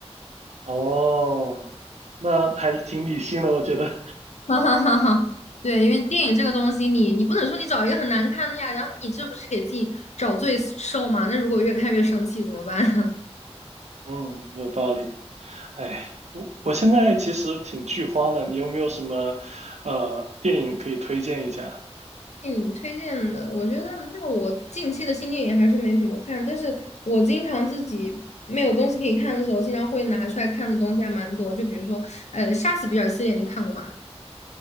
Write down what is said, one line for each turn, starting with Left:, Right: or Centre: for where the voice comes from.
Right: 哦，那还挺理性的，我觉得，
Left: <laughs> 哈哈哈哈。对，因为电影这个东西你，你不能说你找一个很难看的呀，然后你这不是给自己找罪受吗？那如果越看越生气怎么办？<laughs>
Right: <laughs> 嗯，有道理。哎，我我现在其实挺剧荒的，你有没有什么呃电影可以推荐一下？
Left: 电影推荐的，我觉得那我近期的新电影还是没怎么看，但是我经常自己没有东西可以看的时候，经常会拿出来看的东西还蛮多。就比如说，呃，《杀死比尔》系列，你看过吗？